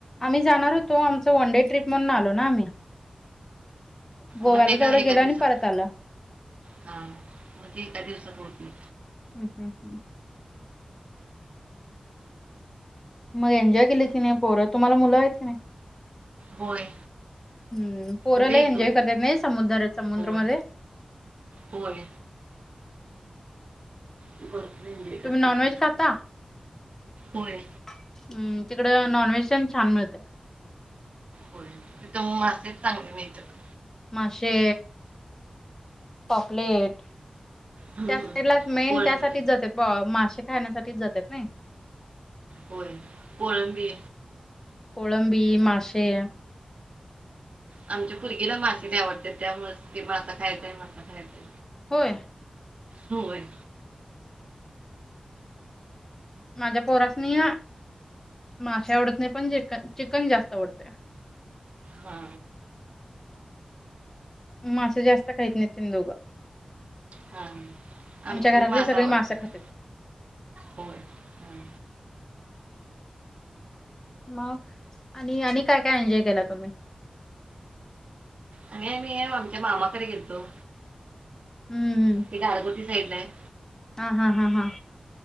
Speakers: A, on the left (about 20°); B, on the right (about 55°).
A: आम्ही जाणार होतो, आमचं वनडे ट्रिप म्हणून आलो ना आम्ही, गोव्याला
B: मग ते
A: तेवड
B: का एका
A: गेल
B: दिवसात
A: आणि परत आल.
B: हा म ते एका दिवसात होत नाई.
A: हम् हम् हम्. म एन्जॉय केलीत की नाई पोरं, तुमाला मुलं आयत का नाइ?
B: होय
A: हम्म पोर
B: उद्या
A: लई
B: एक
A: एन्जॉय
B: दोन
A: करत्यात नाई समुद्र समुद्रमदे?
B: होय होय भरपूर एन्जॉय
A: तुम्ही
B: करतात
A: नॉन व्हेज खाता?
B: होय.
A: हम्म तिकड नॉनव्हेज तेन छान मिळतय.
B: होय, तित मासेच चांगले मिळत्यात.
A: माशे पॉपलेट,
B: हम्म.
A: त्या साईडला मेन
B: कोळंबी
A: त्यासाटीच जात्यात. ब माशे खाण्यासाटीच जात्यात नाइ.
B: होय, कोळंबी.
A: कोळंबी, माशे.
B: आमच्या पुरगीला माशे आवडत्यात त्यामुळच की मासा खायचाय मासा खायचाय.
A: होय?
B: होय.
A: माझ्या पोरासनी माशे आवडत नाई पण च चिकन जास्त आवडतय.
B: हा.
A: माशे जास्त खाईत नाइ तेनी दोग.
B: हां
A: आमच्या
B: आमचे
A: घरातली
B: मासा
A: सगळी
B: आवडतात
A: मासें खात्यात.
B: होय हां
A: मग, आणि-आणि काय-काय एन्जॉय केला तुम्ही?
B: आणि काय नई आमच्या मामाकडे गेलतो.
A: हम्म.
B: ते गारगोटी साईडलायं.
A: हा-हा, हा-हा.